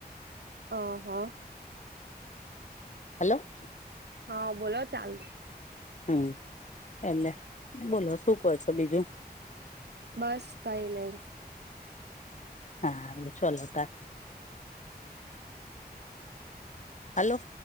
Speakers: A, on the right (about 85°); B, on the left (about 45°).
A: ઓહો.
B: હાલો.
A: હા, બોલો ચાલ.
B: હું એને બોલો શું કો છો બીજું?
A: બસ કંઈ નહીં.
B: હા, ચલોતા. હાલો.